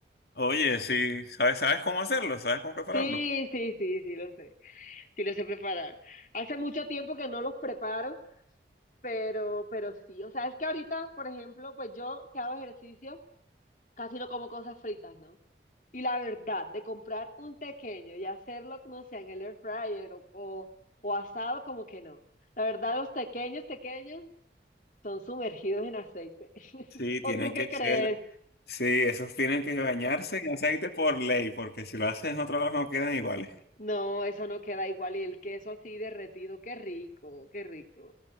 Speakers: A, on the left; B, on the left.
A: oye, sí, ¿sabes, sabes cómo hacerlo? ¿Sabes cómo prepararlo?
B: Sí, sí, sí, sí lo sé, sí lo sé preparar. Hace mucho tiempo que no los preparo, pero, pero sí, o sea, es que ahorita, por ejemplo, pues yo que hago ejercicio, casi no como cosas fritas, ¿no? Y la verdad, de comprar un pequeño y hacerlo, no sé, en el air fryer o, o, o asado, como que no. La verdad, los pequeños, pequeños son sumergidos en aceite. <laughs>
A: Sí,
B: ¿O
A: tienen
B: tú qué
A: que
B: crees?
A: ser, sí, esos tienen que bañarse en aceite por ley, porque si lo hacen en otro lado no quedan iguales.
B: No, eso no queda igual. Y el queso así derretido, qué rico, qué rico.